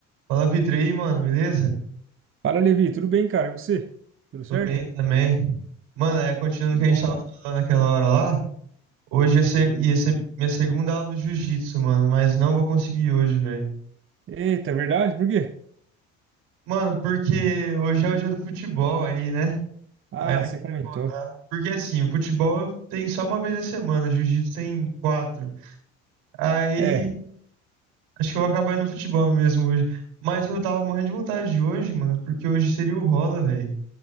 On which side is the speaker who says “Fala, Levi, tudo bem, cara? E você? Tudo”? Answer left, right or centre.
Right